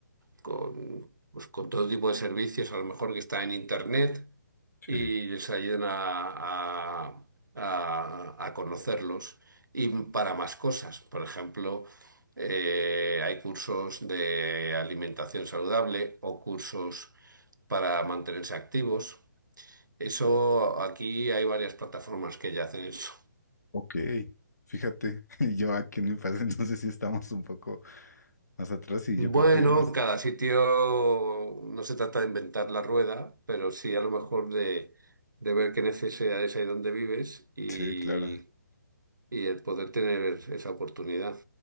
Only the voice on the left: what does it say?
sí,
ok. Fíjate, <laughs> yo aquí en mi país <laughs> entonces sí estamos un poco más atrás y
yo creo que hay más.
Sí, claro.